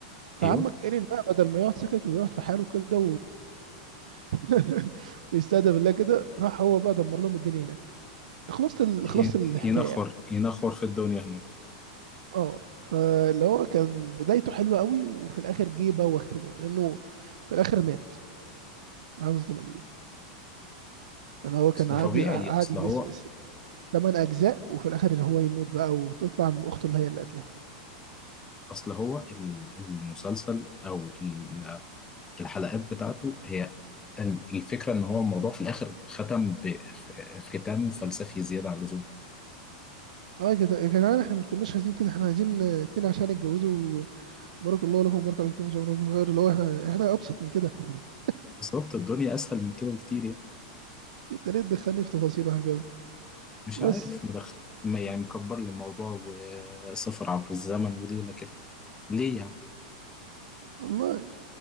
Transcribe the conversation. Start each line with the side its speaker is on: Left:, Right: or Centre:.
Right: فعمك
Left: ايوه
Right: ايرين بقى بدل ما يقعد ساكت ويقعد في حاله كده <laughs> ويستهدف الله كده راح هو بقى دمر لهم الدنيا هناك خلصت ال...
Left: ي-
Right: خلصت الحكايه
Left: ينخر
Right: يعني
Left: ينخر في الدنيا هناك
Right: اه فاللي هو كان بدايته حلوه قوي وفي الاخر جه بوخ كده لانه في الاخر مات عايز اصدمك بيه اللي هو كان
Left: اصل
Right: قعد
Left: طبيعي
Right: قعد
Left: اصل
Right: يجي
Left: هو
Right: س... س... تمن اجزاء وفي الاخر اللي هو يموت بقى وتطلع من اخته اللي هي اللي قتلها
Left: اصل هو ال- المسلسل او ال- الحلقات بتاعته هي ال- الفكره ان هو الموضوع في الاخر ختم بختام فلسفي زياده عن اللزوم
Right: اه يا جدع- يا جدعان احنا مش كناش عايزين كده احنا عايزين آه، اتنين عشان يتجوزوا بارك الله لكم وبارك عليكم جزاكم الله خير اللي هو احنا احنا ابسط من كده <laughs>
Left: بالظبط الدنيا اسهل من كده بكتير يعني
Right: انت ليه تدخلني في تفاصيل وحاجه قوي؟
Left: مش
Right: بس
Left: عارف مدخل ما يعني مكبر لي الموضوع وسفر عبر الزمن وليله كده ليه يعني
Right: والله